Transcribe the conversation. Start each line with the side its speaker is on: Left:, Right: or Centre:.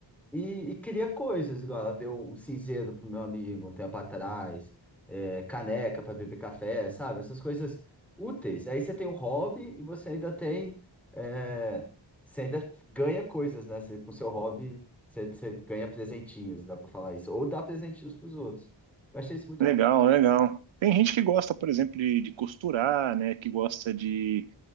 Centre: E, e cria coisas, igual ela deu um cinzeiro pro meu amigo um tempo atrás, é, caneca para beber café, sabe? Essas coisas úteis. Aí você tem um hobby e você ainda tem. é, você ainda ganha coisas, né? Você, com seu hobby, você, você ganha presentinhos, dá para falar isso. Ou dá presentinhos pros outros. Eu achei isso muito
Right: Legal,
Centre: bacana.
Right: legal. Tem gente que gosta, por exemplo, de, de costurar, né? Que gosta de,